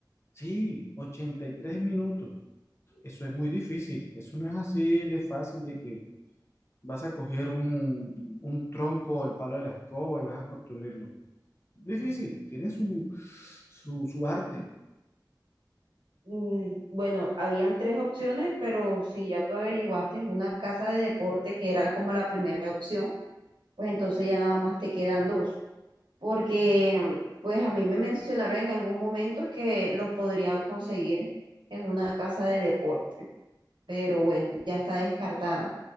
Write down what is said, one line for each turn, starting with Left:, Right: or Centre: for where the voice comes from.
Left: Sí, 83 minutos. Eso es muy difícil. Eso no es así de fácil de que vas a coger un, un tronco o el palo de la escoba y vas a construirlo. Difícil, tiene su, su, su arte.
Right: Mm, Bueno, habían tres opciones, pero si ya tú averiguaste en una casa de deporte que era como la primera opción, pues entonces ya nada más te quedan dos. Porque pues a mí me mencionaron en algún momento que los podrían conseguir en una casa de deporte, pero bueno, ya está descartada.